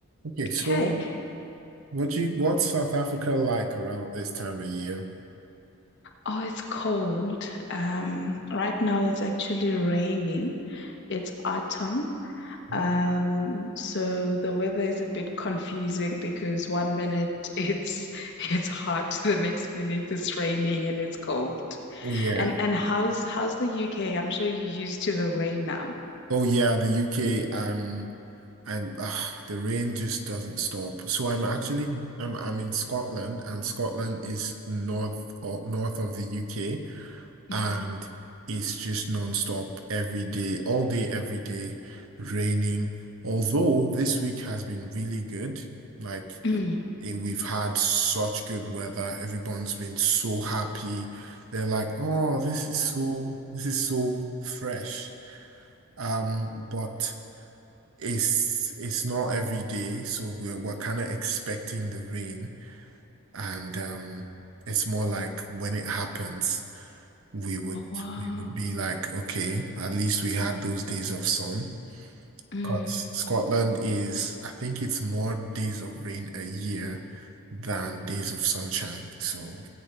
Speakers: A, on the right; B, on the left.
A: Okay, so
B: Okay.
A: what you what's South Africa like around this time of year?
B: Oh, it's cold. Um, right now it's actually raining. It's autumn.
A: <laughs>
B: Um, so the weather is a bit confusing because one minute <laughs> it's it's hot, the next minute it's raining and it's cold.
A: Yeah.
B: And and how's how's the UK? I'm sure you're used to the rain now.
A: Oh yeah, the UK. I'm I'm ah, the rain just doesn't stop. So I'm actually I'm I'm in Scotland and Scotland is north or north of the UK
B: Mm.
A: and
B: <laughs>
A: it's just non-stop every day, all day, every day, raining. Although this week has been really good. Like
B: Mm.
A: Eh, We've had such good weather. Everyone's been so happy. They're like, "Oh, this is so this is so fresh." Um, but it's it's not every day, so we're we're kind of expecting the rain, and um, it's more like when it happens, we would
B: Oh wow.
A: we would be like, "Okay, at least we had those days of sun."
B: Mm.
A: Because Scotland is, I think it's more days of rain a year than days of sunshine. So,